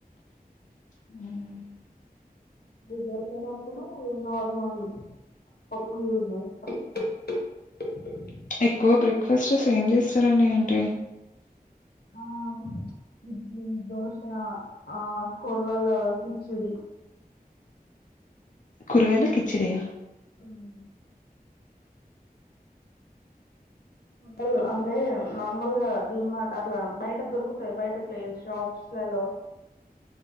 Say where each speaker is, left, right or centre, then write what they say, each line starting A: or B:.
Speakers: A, on the left (about 55°); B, on the left (about 85°).
A: ఉహ్
B: ఇది దొరకనప్పుడు నార్మల్ పప్పు లూజు టాక్ టాక్ టాక్
A: ఎక్కువ బ్రేక్ఫాస్టేస్ ఎమ్ చేస్తారండే ఏంటి
B: ఆ ఇడ్లీ దోషా ఆ కుర్రలో కిచ్చిడి
A: కురగాయలా కిచ్చడియా
B: హ్మ్మ్ ఉండలు అంటే నార్మల్ గా డీ మార్ట్ అట్లా బయట దొరుకుతాయి బయట ప్లే షాప్స్ లలో